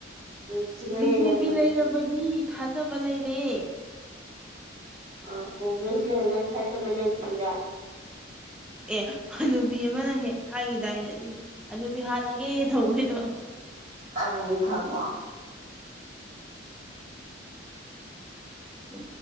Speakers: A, on the right; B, in the centre.
A: ꯅꯨꯡꯁꯤꯕ
B: ꯕꯤꯖꯦ
A: ꯂꯩꯔꯝꯕꯒꯤ
B: ꯄꯤ ꯂꯩꯔꯕꯒꯤ ꯊꯥꯖꯕ ꯂꯩꯔꯦ
A: ꯑ ꯀꯣꯡꯒ꯭ꯔꯦꯁ ꯂ ꯍꯒꯟ ꯍꯥꯏꯖꯕꯂ ꯏꯇꯔꯥ
B: ꯑꯦ ꯍꯅꯨꯕꯤ ꯑꯃꯅ ꯍꯦꯛ ꯍꯥꯏꯈꯤꯗꯥꯏꯅꯦ ꯑꯗꯨꯏꯗꯤ ꯑꯗꯨꯗꯤ ꯍꯥꯜꯂꯒꯦ ꯊꯑꯣꯣꯏꯗꯣ
A: ꯑ ꯊꯃ
B: ꯎ